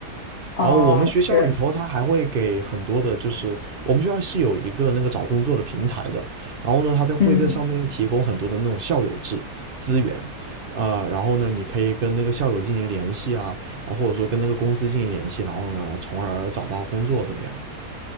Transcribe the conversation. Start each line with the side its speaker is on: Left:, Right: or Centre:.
Left: 哦，
Right: 然后我们学校里头，
Left: 是，
Right: 他还会给很多的，就是我们学校是有一个那个找工作的平台的，然后呢，他在会在上面提供很多的那种校友制资源，
Left: 嗯。
Right: 啊、然后呢，你可以跟那个校友进行联系啊，然后或者说跟那个公司进行联系，然后呢，从而找到工作这个样子。